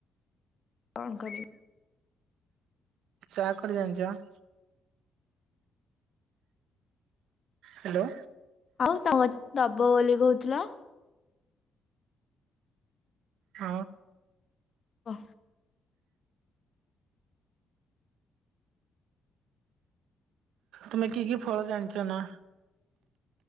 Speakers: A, on the left; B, on the right.
A: କଣ କରୁ
B: ଚାହା କରିଜଣିଛ ନା। ହ୍ୟାଲୋ
A: ଆଉ ତ କ ଦବ ବୋଲି କହୁଥିଲା?
B: ହ
A: ହ
B: ତମେ କି କି ଫଳ ଜାଣିଛ ନା?